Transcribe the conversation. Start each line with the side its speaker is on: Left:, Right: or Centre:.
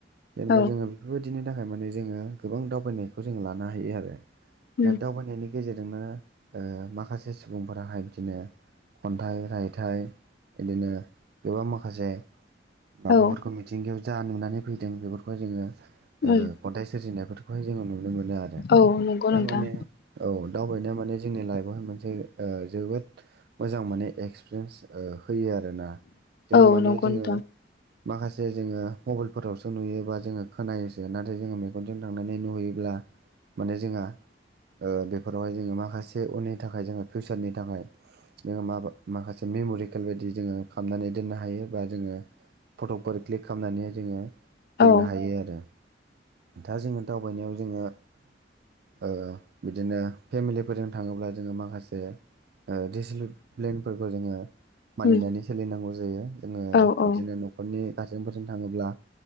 Right: जेनेबा
Left: औ
Right: जोङो बेफोरबायदिनि थाखाय माने जोङो गोबां दावबायनायखौ जों लानो हायो आरो।
Left: उम
Right: दा दावबायनायनि गेजेरजोंनो ओ माखासे सुबुंफोराहाय बिदिनो खन्थाइ रायथाइ बिदिनो गोबां माखासे बाबुफोरखौ
Left: औ
Right: मिथिंगायाव जा नुनानै फैदों बेफोरखौ जोङो ओ
Left: उम
Right: खन्थाइ सोरजिनायफोरखौहाय जोङो नुनो मोनो आरो।
Left: औ नंगौ
Right: थारमाने
Left: नोंथां
Right: औ दावबायनाया माने जोंनि लाइफआवहाय मोनसे ओ जोबोद मोजां माने एक्सपिरियेन्स ओ होयो आरोना जोङो
Left: औ
Right: माने
Left: नंगौ
Right: जोङो
Left: नोंथां
Right: माखासे जोङो मबाइलफोरावसो नुयोबा जोङो खोनायोसो नाथाय जोङो मेगनजों थांनानै नुहैयो अब्ला माने जोंहा ओ बेफोरावहाय जोङो माखासे उननि थाखाय जोङो फिउसारनि थाखाय जोङो मा माखासे मेम'रि सकेल बायदि जोङो खालामनानै दोननो हायो बा जोङो फट'फोर क्लिक खालामनानै जोङो
Left: औ
Right: दोननो हायो आरो दा जोङो दावबायनायाव जोङो ओ बिदिनो फेमिलिफोरजों थाङोब्ला जोङो माखासे ओ डिसिप्लेनफोरखौ जोङो मानिनानै
Left: उम
Right: सोलिनांगौ जायो जोङो
Left: औ औ
Right: बिदिनो न'खरनि गारजेनफोरजों थाङोब्ला